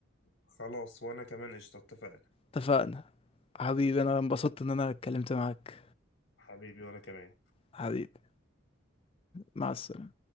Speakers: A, on the left (about 55°); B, on the left (about 30°).
A: خلاص وانا كمان قشطة اتفقنا
B: اتفقنا حبيبي انا انبسطت ان انا اتكلمت معاك
A: حبيبي وانا كمان
B: حبيبي مع السلامه